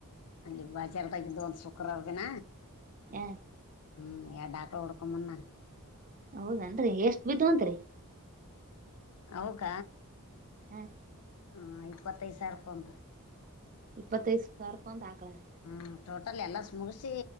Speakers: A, on the left; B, on the right.
A: ಅಲ್ಲಿ ಬಾಜಾರ್ದಾಗಿದ್ದು ಒಂದು ಶುಕ್ರವಾರ ದಿನ
B: ಹ
A: ಹ್ಮ್ ಯ ಡಾಕ್ಟರ್ ಹುಡುಕು ಮುನ್ನ
B: ಹೌದನ್ರಿ ಎಷ್ಟು ಬಿದ್ದವಂತ್ರಿ
A: ಹೌಕ
B: ಹ್ಮ್
A: ಹಾ ಇಪ್ಪತ್ತೈದು ಸಾವಿರ ರೂಪಾಯಿ ಒಂದು
B: ಇಪ್ಪತ್ತೈದು ಸಾವಿರ ರೂಪಾಯಾ ಅಂತ ಹಾಕ್ಲಾ
A: ಹ್ಞೂ ಟೋಟಲ್ ಎಲ್ಲ ಮುಗಿಸಿ